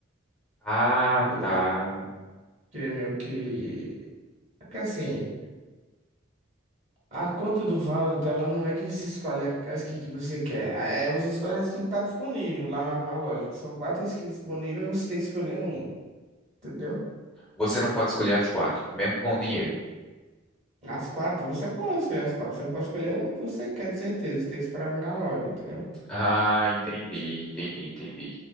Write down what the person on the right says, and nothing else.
Aí,
queria meio que. Porque assim. A conta do Valorant, ela não é que você escolhe a a skin que você quer. A- É você escolhe a skin que tá disponível lá na, na loja. Que são quatro skins disponíveis, você tem que escolher uma. Entendeu?
As quatro, você pode escolher as quatro. Você não pode escolher uma que você quer, de certeza. Você tem que esperar vir na loja, entendeu?